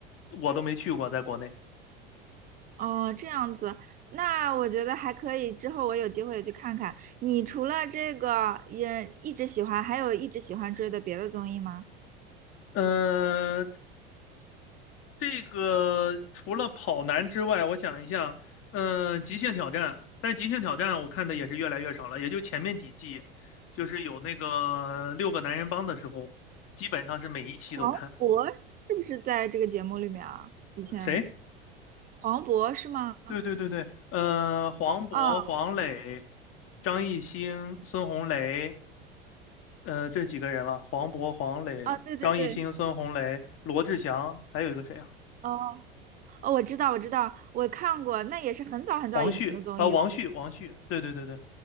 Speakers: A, on the left; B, on the right.
A: 我都没去过，在国内。
B: 哦，这样子，那我觉得还可以。之后我有机会也去看看。你除了这个也一直喜欢，还有一直喜欢追的别的综艺吗？
A: 嗯，这个除了跑男之外，我想一下，嗯、极限挑战，但是极限挑战我看的也是越来越少了，也就前面几季，就是有那个六个男人帮的时候，基本上是每一期都看。
B: 黄渤是不是在这个节目里面啊？以前
A: 谁？
B: 黄渤是吗？
A: 对对对对，呃，黄渤、
B: 哦
A: 黄磊、张艺兴、孙红雷，呃，这几个人了，黄渤、黄磊、
B: 哦，对对对，
A: 张艺兴、孙红雷、罗志祥，还有一个谁啊？
B: 哦哦，我知道，我知道，我看过，那也是很早很早以前的综艺了。
A: 黄旭啊，王旭，王旭，对对对对。